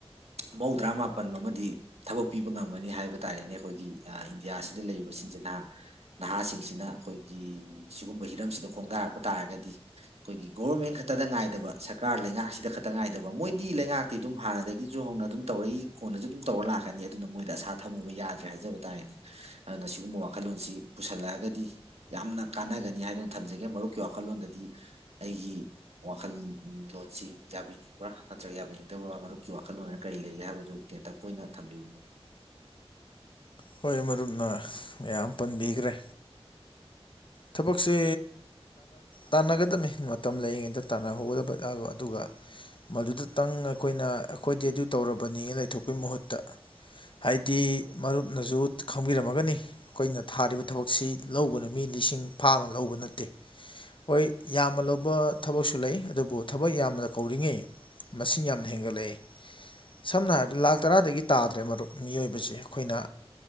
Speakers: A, on the right (about 75°); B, on the left (about 50°).
A: ꯃꯧꯗ꯭ꯔꯥ ꯃꯥꯄꯟ ꯑꯃꯗꯤ ꯊꯕꯛ ꯄꯤꯕ ꯉꯝꯒꯅꯤ ꯍꯥꯏꯕ ꯇꯥꯔꯦꯅꯦ ꯑꯩꯈꯣꯏꯒꯤ ꯏꯟꯗꯤꯌꯥꯁꯤꯗ ꯂꯩꯔꯤꯕꯁꯤꯡꯁꯤ ꯅꯍꯥ ꯅꯍꯥꯁꯤꯡꯁꯤꯅ ꯑꯩꯈꯣꯏꯒꯤ ꯁꯤꯒꯨꯝꯕ ꯍꯤꯔꯝꯁꯤꯗ ꯈꯣꯡꯗꯥꯔꯛꯄ ꯇꯥꯔꯒꯗꯤ ꯑꯩꯈꯣꯏꯒꯤ ꯒꯣꯕꯔꯃꯦꯟ ꯈꯛꯇꯗ ꯉꯥꯏꯗꯕ ꯁꯔꯀꯥꯔ ꯂꯩꯉꯥꯛꯁꯤꯗ ꯈꯛꯇ ꯉꯥꯏꯗꯕ ꯃꯣꯏꯗꯤ ꯂꯩꯉꯥꯛꯇꯤ ꯑꯗꯨꯝ ꯍꯥꯟꯅꯗꯒꯤꯁꯨ ꯍꯧꯅ ꯑꯗꯨꯝ ꯇꯧꯔꯏ ꯀꯣꯟꯅꯁꯨ ꯑꯗꯨꯝ ꯇꯧꯔ ꯂꯥꯛꯀꯅꯤ ꯑꯗꯨꯅ ꯃꯣꯏꯗ ꯑꯁꯥ ꯊꯝꯃꯨꯕ ꯌꯥꯗ꯭ꯔꯦ ꯍꯥꯏꯖꯕ ꯇꯥꯔꯦꯅꯦ ꯑꯗꯨꯅ ꯁꯤꯒꯨꯝꯕ ꯋꯥꯈꯜꯂꯣꯟꯁꯤ ꯄꯨꯁꯜꯂꯛꯑꯒꯗꯤ ꯌꯥꯝꯅ ꯀꯥꯟꯅꯒꯅꯤ ꯍꯥꯏꯗꯨꯅ ꯊꯝꯖꯒꯦ ꯃꯔꯨꯞꯀꯤ ꯋꯥꯈꯜꯂꯣꯟꯗꯗꯤ ꯑꯩꯒꯤ ꯋꯥꯈꯜꯂꯣꯟꯁꯤ ꯌꯥꯕꯤꯅꯤꯡꯕ꯭ꯔꯥ ꯅꯠꯇ꯭ꯔꯒ ꯌꯥꯕꯤꯅꯤꯡꯗꯕ꯭ꯔꯥ ꯃꯔꯨꯞꯀꯤ ꯋꯥꯈꯜꯂꯣꯟ ꯀꯔꯤ ꯂꯩꯒꯦ ꯍꯥꯏꯕꯗꯨ ꯇꯦꯟꯇꯛꯄ ꯑꯣꯏꯅ ꯊꯝꯕꯤꯕꯅꯣ
B: ꯍꯣꯏ ꯃꯔꯨꯞꯅ ꯃꯌꯥꯝ ꯄꯟꯕꯤꯈ꯭ꯔꯦ ꯊꯕꯛꯁꯦ ꯇꯥꯟꯅꯒꯗꯝꯕꯅꯤ ꯃꯇꯝ ꯂꯩꯔꯤꯉꯩꯗ ꯇꯥꯟꯅꯍꯧꯒꯗꯕ ꯑꯗꯨꯒ ꯃꯗꯨꯗꯇꯪ ꯑꯩꯈꯣꯏꯅ ꯑꯩꯈꯣꯏꯗꯤ ꯑꯗꯨ ꯇꯧꯔꯕꯅꯤ ꯂꯩꯊꯣꯛꯄꯩ ꯃꯍꯨꯠꯇ ꯍꯥꯏꯗꯤ ꯃꯔꯨꯞꯅꯁꯨ ꯈꯪꯕꯤꯔꯝꯃꯒꯅꯤ ꯑꯩꯈꯣꯏꯅ ꯊꯥꯔꯤꯕ ꯊꯕꯛꯁꯤ ꯂꯧꯕꯅ ꯃꯤ ꯂꯤꯁꯤꯡ ꯐꯥ ꯑꯃ ꯂꯧꯕ ꯅꯠꯇꯦ ꯍꯣꯏ ꯌꯥꯝꯅ ꯂꯧꯕ ꯊꯕꯛꯁꯨ ꯂꯩ ꯑꯗꯨꯕꯨ ꯊꯕꯛ ꯌꯥꯝꯅ ꯀꯧꯔꯤꯉꯩ ꯃꯁꯤꯡ ꯌꯥꯝꯅ ꯍꯦꯟꯒꯠꯂꯛꯏꯦ ꯁꯝꯅ ꯍꯥꯏꯔꯕꯗ ꯂꯥꯛ ꯇꯔꯥꯗꯒꯤ ꯇꯥꯗ꯭ꯔꯦ ꯃꯔꯨꯞ ꯃꯤꯑꯣꯏꯕꯁꯦ ꯑꯩꯈꯣꯏꯅ